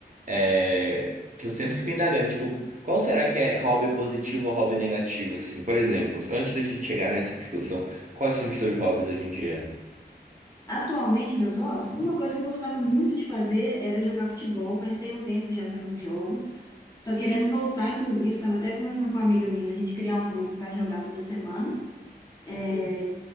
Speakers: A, on the right (about 50°); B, on the left (about 20°).
A: é, que eu sempre fico indagando, tipo, qual será que é hobby positivo ou hobby negativo, assim? Por exemplo, antes da gente chegar nessa discussão, quais são os teus hobbies hoje em dia?
B: Atualmente, meus hobbies, uma coisa que eu gostava muito de fazer era jogar futebol, mas tem um tempo já que eu não jogo. Tô querendo voltar, inclusive, estava até conversando com uma amiga minha da gente criar um grupo para jogar toda semana. É,